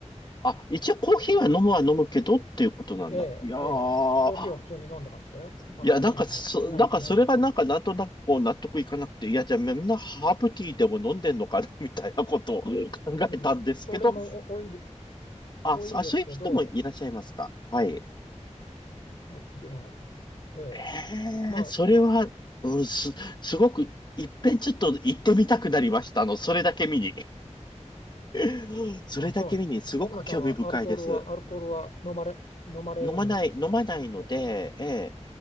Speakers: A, on the left (about 35°); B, on the left (about 70°).
A: あ、一応コーヒーは飲むは飲むけどっていうことなんだ。
B: ええ、
A: いやー、
B: ええ、コーヒーは普通に飲んでましたよ。
A: いや、
B: あの、カフェインのない、
A: なんかそ、なんかそれがなんかなんとなくこう納得いかなくて、
B: ないもの。
A: いや、じゃあみんなハーブティーでも飲んでんのかな <laughs> みたいなことを考
B: うん、
A: えたんですけど、
B: それもお多い、
A: あ、
B: 多いですけど、
A: そあ、そういう人もいらっしゃいますか。はい。
B: もちろん、ええ。
A: ええ、
B: まあ、
A: それは、
B: あの
A: うん、す、すごく、いっぺんちょっと行ってみたくなりました。あの、それだけ見に。<laughs> それだけ見に、
B: あ、そうなんですよ。
A: すごく興味深いです。
B: 奥野さんはアルコールは、アルコールは飲まれ、飲まれないんですか全然。
A: 飲まない、飲まないので、え